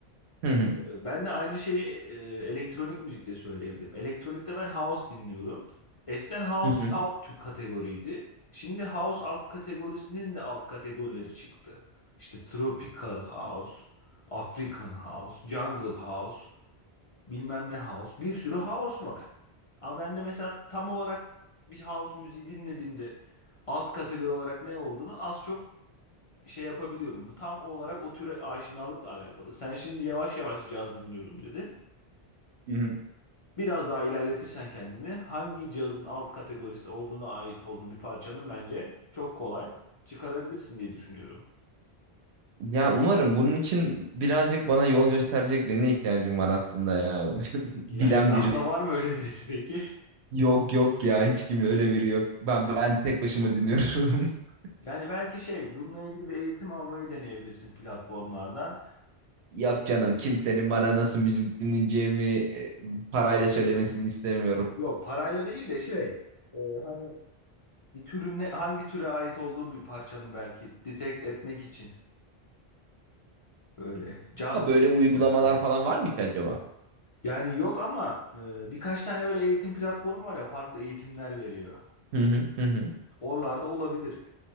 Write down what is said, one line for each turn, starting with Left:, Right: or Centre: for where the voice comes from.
Right: <laughs>
Left: Ben de aynı şeyi e, elektronik müzikte söyleyebilirim. Elektronikte ben house dinliyorum. Eskiden house
Right: Hı hı.
Left: bir alt tü- kategoriydi. Şimdi house alt kategorisinin de alt kategorileri çıktı. İşte tropical house, African house, jungle house bilmem ne house. Bir sürü house var. Ama ben de mesela tam olarak bir house müziği dinlediğimde alt kategori olarak ne olduğunu az çok şey yapabiliyorum. Bu tam olarak o türe aşinalıkla alakalı. Sen şimdi yavaş yavaş caz dinliyorum dedin.
Right: Hı hı.
Left: Biraz daha ilerletirsen kendini hangi cazın alt kategorisinde olduğuna ait olduğunu bir parçanın bence çok kolay çıkarabilirsin diye düşünüyorum.
Right: Ya umarım bunun için birazcık bana yol gösterecek birine ihtiyacım var aslında ya. <laughs>
Left: Ya
Right: Bilen
Left: etrafında
Right: birine.
Left: var mı öyle birisi peki?
Right: Yok yok ya hiç kim öyle biri yok. Ben ben tek başıma dinliyorum. <laughs>
Left: Yani belki şey bununla ilgili bir eğitim almayı deneyebilirsin platformlardan.
Right: Yok canım kimsenin bana nasıl müzik dinleyeceğimi e, parayla söylemesini istemiyorum.
Left: Yok parayla değil de şey e, hani bir türün ne, hangi türe ait olduğunu bir parçanın belki detect etmek için böyle caz
Right: Ha böyle uygulamalar
Left: üzerine sanat ediliyor.
Right: falan var mı ki acaba?
Left: Yani yok ama e, birkaç tane böyle eğitim platformu var ya farklı eğitimler veriyor.
Right: Hı hı hı. hı.
Left: Oralarda olabilir.